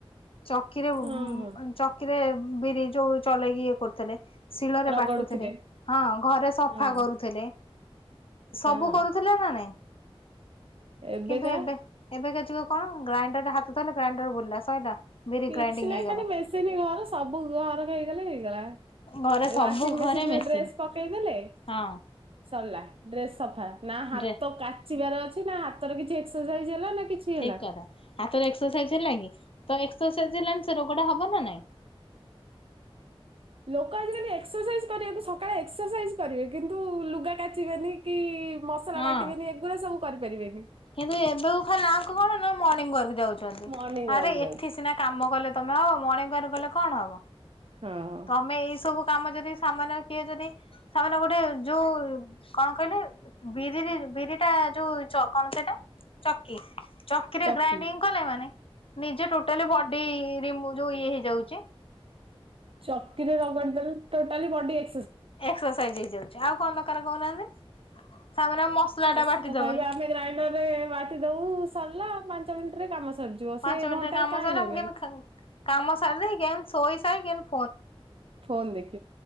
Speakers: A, on the left; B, on the right.
A: ଚକିରେ ବୁ
B: ହଁ ହଁ
A: ଅ ଚକିରେ ବିରି ଯୋଉ ଚଲେଇକି ଇଏ କରୁଥିଲେ। ଶିଳରେ
B: ରଗଡୁଥିଲେ
A: ବାଟୁଥିଲେ ହଁ ଘରେ ସଫା
B: ହଁ।
A: କରୁଥିଲେ। ସବୁ
B: ହଁ
A: କରୁଥିଲା ନା ନାଇଁ।
B: ଏବେକା
A: କିନ୍ତୁ ଏବେ ଏବେକା ଯୁଗ କଣ ଗ୍ରାଇଣ୍ଡର ରେ ହାତ ଥୋଇଲେ ଗ୍ରାଇଣ୍ଡର ବୁଲିଲା ସଇଲା। ବିରି
B: କିଛି
A: ଗ୍ରାଇଣ୍ଡିଙ୍ଗ
B: ନହିଁ
A: ହେଇଗଲା।
B: ଖାଲି ମେଶିନି ଘର ସବୁ ଘର ହେଇଗଲେ ହେଇଗଲା।
A: ଘରେ ସବୁ
B: ୱାସିଂ
A: ଘରେ
B: ମେସିନରେ
A: ମେସିନ୍
B: ଡ୍ରେସ୍ ପକେଇଦେଲେ
A: ହଁ
B: ସରିଲା। ଡ୍ରେସ ସଫା ନା ହାତ
A: ଡ୍ରେ
B: କାଚିବାର ଅଛି ନା ହାତର କିଛି ଏକ୍ସରସାଇଜ ହେଲା ନା। କିଛି
A: ଠିକ
B: ହେଲା।
A: କଥା ହାତର ଏକ୍ସରସାଇଜ ହେଲା କି। ତ ଏକସରସାଇଜ ହେଲାନି ସେ ରୋଗଟା ହବ ନା ନାଇଁ।
B: ଲୋକ ଆଜିକାଲି ଏକ୍ସରସାଇଜ କରିବାକୁ ସକାଳେ ଏକ୍ସରସାଇଜ କରିବେ କିନ୍ତୁ ଲୁଗା କାଚିବେନି କି। ମସଲା
A: ହଁ।
B: ବାଟିବେନି ଏଗୁଡା ସବୁ କରିପାରିବେନି।
A: କିନ୍ତୁ ଏବେ କୁ ଖାଲି ନା କୁ କଣ ନା ମର୍ଣ୍ଣିଙ୍ଗ ୱାର୍କ। ଯାଉଛନ୍ତି
B: ମର୍ଣ୍ଣିଂ
A: ଆରେ
B: ୱାକ୍ ଯାଉଛି।
A: ଏଠି ସିନା କାମ କଲେ ତମେ ହବ ମଣିଙ୍ଗି ୱାର୍କ ଗଲେ କଣ ହବ?
B: ହଁ
A: ତମେ ଏଇ ସବୁ। କାମ ଯଦି ସାମାନ୍ୟ କିୟେ ଯଦି ସାମାନ୍ୟ ଗୋଟେ ଯୋଉ କଣ କହିଲେ ବିରିରେ ବିରି ଟା ଯୋଉ ଚ କଣ ସେଇଟା ଚକି ଚକିରେ
B: ଚକି
A: ଗ୍ରାଇଣ୍ଡିଙ୍ଗ କଲେ ମାନେ। ନିଜେ ଟୋଟାଲି ବଡି ରିମୁ ଯୋଉ ଇଏ ହେଇ ଯାଉଛି।
B: ଚକିରେ ରଗଡି ଦେଲେ ଟୋଟାଲି ବଡି ଏକ
A: ଏକ୍ସରସାଇଜ ହେଇଯାଉଛି ଆଉ କଣ ଦରକାର କହୁନାହାନ୍ତି। ସାମାନ୍ୟ ମସଲା
B: ଆଉ
A: ଟା
B: ସିଏ
A: ବାଟିବା
B: ତ କହିବେ
A: ପାଇଁ
B: ଆମେ ଗ୍ରାଇଣ୍ଡର ରେ ବାଟି ଦବୁ ସରିଲା ପାଞ୍ଚ ମିନିଟରେ। କାମ ସରିଯିବ
A: ପାଞ୍ଚ
B: ସିଏ
A: ମିନିଟରେ
B: ଘଣ୍ଟାଏ
A: କାମ
B: କାହିଁ
A: ସାରିଲା
B: ନେବେ
A: ମୁଁ କେମତି ଖାନ କାମ ସାରି ଦେଇକି କେମତି ଶୋଇ ସାଇ କି କେମତିି ପୋ
B: ଫୋନ ଦେଖି